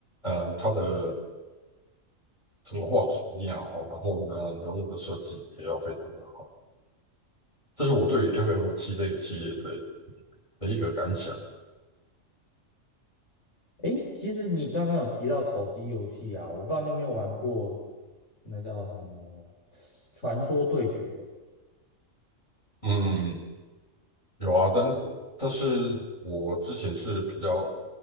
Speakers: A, on the left; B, on the left.
A: 嗯，它的整个画质一定要好，然后呢，人物的设计也要非常的好。这是我对于 f f 七这个系列的的一个感想。
B: 诶，其实你刚刚有提到手机游戏啊，我不知道你有没有玩过，那叫什么《传说对决》哦？
A: 嗯，有啊，但是我但是我之前是比较